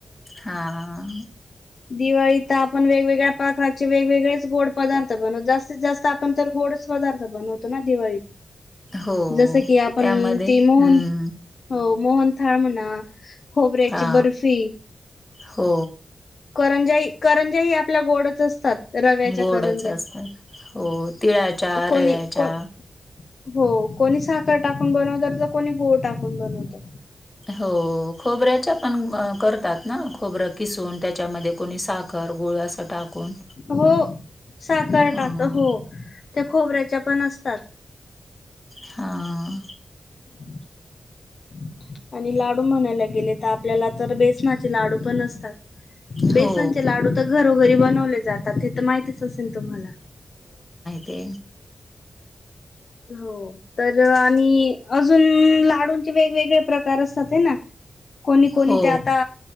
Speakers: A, on the left (about 15°); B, on the left (about 55°).
A: हां.
B: दिवाळी तर आपण वेगवेगळ्या प्रका चे वेगवेगळेच गोड पदार्थ बनवतो जास्तीत जास्त आपण तर गोडच पदार्थ बनवतो ना दिवाळीत.
A: हो
B: जस की आपण
A: त्यामध्ये
B: ती
A: हम्म
B: मोहन हो. मोहनथाळ म्हणा खोबऱ्याची
A: हा
B: बर्फी.
A: हो.
B: करंजाई, करंजा ही आपल्या गोडच असतात. रव्याच्या
A: गोडच
B: करंजा
A: असतात,, हो तिळाच्या,
B: कोणी
A: रव्याच्या,
B: कोण हो कोणी साखर टाकून बनवत तर कोणी गूळ टाकून बनवतं.
A: हो खोबऱ्याच्या पण अ करतात ना खोबरं किसून त्यात. च्यामध्ये कोणी साखर गुळ अस टाकून
B: हो साखर
A: हं.
B: टाकत हो त्या खोबऱ्याच्या पण असतात.
A: हां.
B: <inaudible> आणि लाडू म्हणायला गेले तर आपल्याला तर बेसनाचे लाडू पण असतात. बेसनचे
A: हो.
B: लाडू तर घरोघरी बनवले जात. त ते तर माहितीच असेल तुम्हाला.
A: ते,
B: हो, तर आणि अजून लाडूंचे वेगवेगळे प्रकार असतात हे ना, कोणी कोणी
A: हो,
B: ते आता.